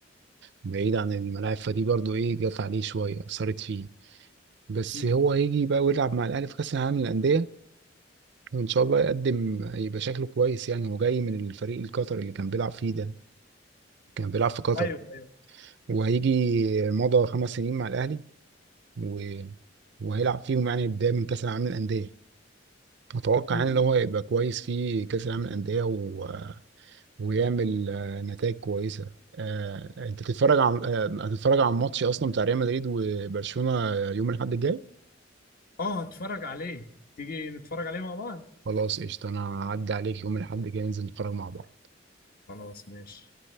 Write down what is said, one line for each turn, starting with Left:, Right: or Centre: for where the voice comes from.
Right: بعيد عن الملاعب فدي برضه ايه جت عليه شويه اثرت فيه بس
Left: م-م.
Right: هو هيجي بقى ويلعب مع الاهلي في كاس العالم للانديه ان شاء الله يقدم يبقى شكله كويس يعني هو جاي من الفريق القطري اللي كان بيلعب فيه ده كان بيلعب في قطر
Left: ايوه ايوه
Right: وهيجي مضى خمس سنين مع الاهلي و... وهيلعب فيهم يعني بدايه من كاس العالم للانديه اتوقع
Left: م- م.
Right: يعني ان هو هيبقى كويس في كاس العالم للانديه و... ويعمل آه، نتائج كويسه آه، انت تتفرج على آه، هتتفرج على الماتش اصلا بتاع ريال مدريد وبرشلونه يوم الاحد الجاي
Left: اه هتفرج عليه تيجي نتفرج عليه مع بعض
Right: خلاص قشطه انا هعدي عليك يوم الاحد الجاي ننزل نتفرج مع بعض
Left: خلاص ماشي